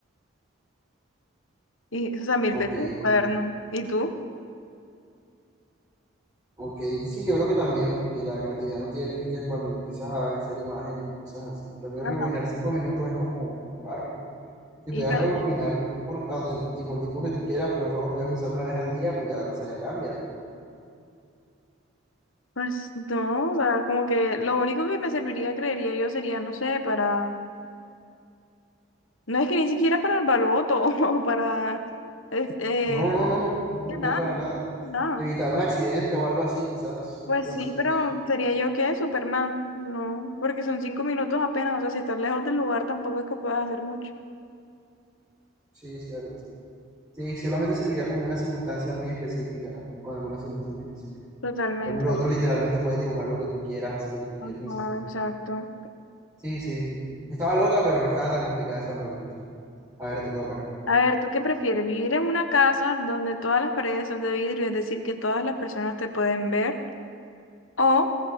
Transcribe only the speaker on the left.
Y, o sea, mil
veces el cuaderno. ¿Y tú?
Ajá.
Y
pa-
pues no, o sea, como que lo único que me serviría, creería yo, sería, no sé, para, no es que ni siquiera para el baloto <laughs> o para, es- eh,
la-
nada,
nada.
Pues
sí, pero
sería yo que Superman, no, porque son cinco minutos apenas, o sea, si estás lejos del lugar tampoco es que puedas hacer mucho.
Totalmente.
Ajá,
exacto.
A ver, ¿tú qué prefieres? ¿Vivir en una casa donde todas las paredes son de vidrio, es decir, que todas las personas te pueden ver? ¿O